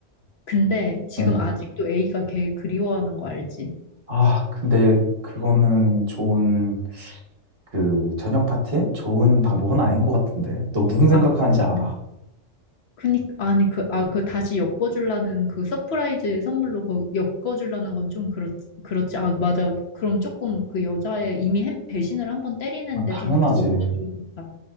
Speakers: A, on the left (about 65°); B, on the right (about 50°).
A: 근데 지금
B: 어.
A: 아직도 A가 걔 그리워하는 거 알지?
B: 아, 근데 그거는 좋은, 그, 저녁 파티에 좋은 방법은 아닌 것 같은데. 너 무슨 생각하는지
A: 아,
B: 알아?
A: 음. 그니까 아니 그 아 그 다시 엮어주려는 그 서프라이즈 선물로 그 엮어주려는 건 좀 그렇 그렇지 아 맞아 그럼 조금 그 여자의 이미 햄- 배신을 한 번 때리는데
B: 아, 당연하지.
A: 좀 다시 엮어주겠다